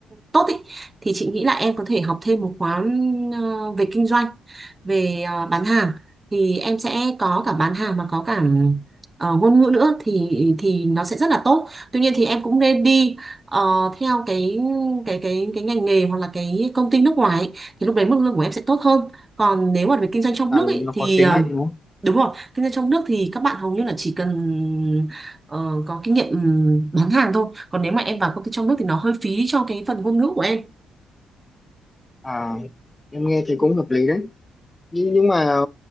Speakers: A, on the right; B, on the left.
A: tốt ý, thì chị nghĩ là em có thể học thêm một khóa ờ, về kinh doanh, về ờ, bán hàng. Thì em sẽ có cả bán hàng mà có cả ờ, ngôn ngữ nữa thì thì nó sẽ rất là tốt. Tuy nhiên thì em cũng nên đi ờ, theo cái cái cái cái ngành nghề hoặc là cái công ty nước ngoài ấy, thì lúc đấy mức lương của em sẽ tốt hơn. Còn nếu mà về kinh doanh trong
B: là,
A: nước
B: là
A: ấy,
B: nó
A: thì
B: có thế
A: ờ,
B: mạnh đúng không
A: đúng rồi kinh doanh trong nước thì các bạn hầu như là chỉ cần ờ, có kinh nghiệm ừm, bán hàng thôi. Còn nếu mà em vào công ty trong nước thì nó hơi phí cho cái phần ngôn ngữ của em.
B: à em nghe thấy cũng hợp lý đấy nhưng nhưng mà